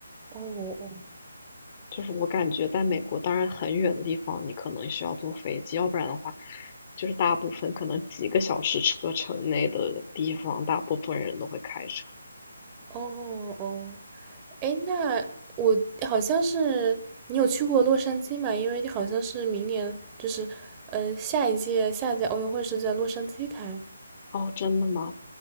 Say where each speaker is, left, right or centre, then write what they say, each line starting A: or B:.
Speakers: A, on the right; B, on the left.
A: 哦
B: 就是我感觉在美国，当然很远的地方，你可能需要坐飞机，要不然的话，就是大部分可能几个小时车程内的地方，大部分人都会开车。
A: 哦哦哦。哎，那我好像是你有去过洛杉矶嘛？因为你好像是明年就是，呃，下一届下一届奥运会是在洛杉矶开。
B: 哦，真的吗？